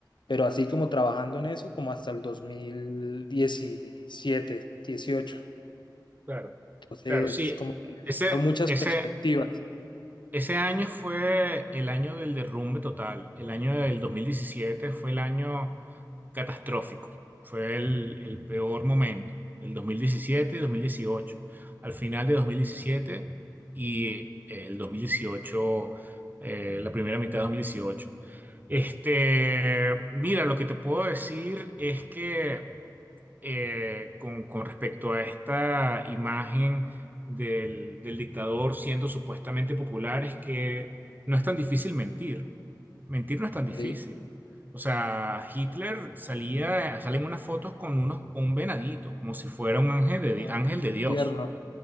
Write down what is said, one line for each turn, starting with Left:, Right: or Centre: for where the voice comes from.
Left: pero así como trabajando en eso, como hasta el dos mil diecisiete dieciocho
Right: claro,
Left: Entonces,
Right: claro, sí.
Left: como que
Right: Ese,
Left: son muchas
Right: ese.
Left: perspectivas.
Right: Ese año fue el año del derrumbe total. El año del 2017 fue el año catastrófico. Fue el, el peor momento. El 2017 y 2018. Al final de 2017 y el 2018, eh, la primera mitad de 2018. Este, mira, lo que te puedo decir es que eh, con, con respecto a esta imagen del, del dictador siendo supuestamente popular es que no es tan difícil mentir. Mentir no es tan difícil.
Left: ¿sí?
Right: O sea, Hitler salía, salen unas fotos con unos, con un venadito, como si fuera un ángel de,
Left: Ah,
Right: di- ángel de
Left: muy
Right: Dios.
Left: tierno,